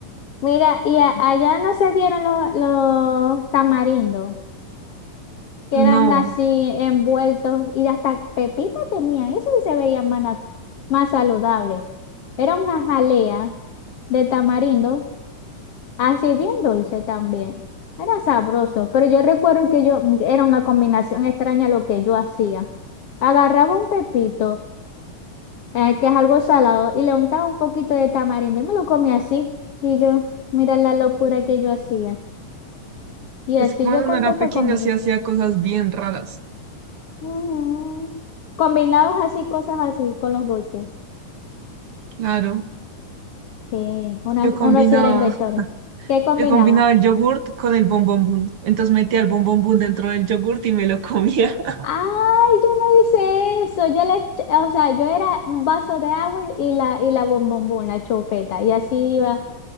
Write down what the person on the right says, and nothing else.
No,
es que cuando
uno era pequeño
sí hacía cosas bien raras.
Claro,
yo combinaba,
yo combinaba el yogurt con el bombombón. Entonces metía el bombombón dentro del yogurt y me lo comía. <laughs>